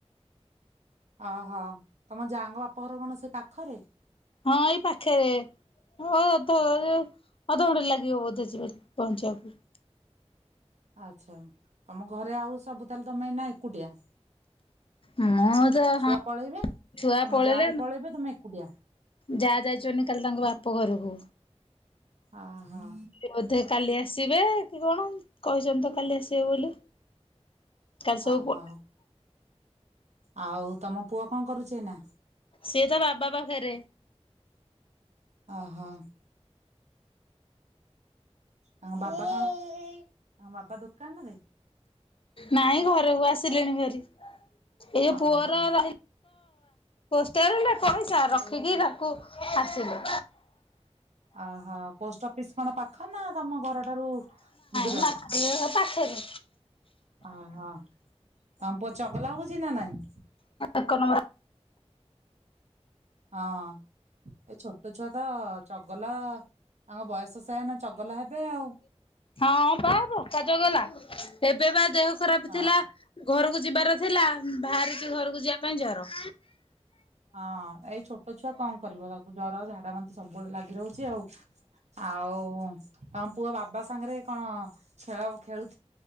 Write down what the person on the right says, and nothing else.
ଓହୋଃ, ତମ ଯାଆଙ୍କ ବାପ ଘର କଣ ସେଇ ପାଖରେ?
ଆଚ୍ଛା, ତମ ଘରେ ଆଉ ସବୁ ତାହେଲେ ତମେ ନା ଏକୁଟିଆ?
ଛୁଆ
ପଳେଇବେ
ତମ
ଯା ବି ପଳେଇବେ ତମେ ଏକୁଟିଆ
ଓହୋଃ।
ଅହୋ
ଆଉ ତମ ପୁଅ କଣ କରୁଛି ଏଇନା?
ଓହୋଃ। ତାଙ୍କ ବାବା କଣ ତାଙ୍କ ବାବା ଦୋକାନରେ?
ଓହୋ
ଓହୋଃ, ପୋଷ୍ଟ ଅଫିସ୍ କଣ ପାଖ ନା ତମ ଘରଠାରୁ ଦୂର?
ଓହୋଃ, ତମ ପୁଅ ଚଗଲା ହଉଛି ନା ନାଇଁ?
ହଁ ଏ ଛୋଟ ଛୁଆ ତ ଚଗଲା ତାଙ୍କ ବୟସ ସେଇଆ ଏଇନା ଚଗଲା ହେବେ ଆଉ।
ହଁ
ହଁ ଏଇ ଛୋଟ ଛୁଆ କଣ କରିବ ତାକୁ ଜର ଝା ଡ଼ା ବାନ୍ତି ସବୁବେଳେ ଲାଗି ରହୁଛି ଆଉ ଆଉ ତମ ପୁଅ ବାବା ସାଙ୍ଗରେ କଣ ଖେଳ ଖେଳୁ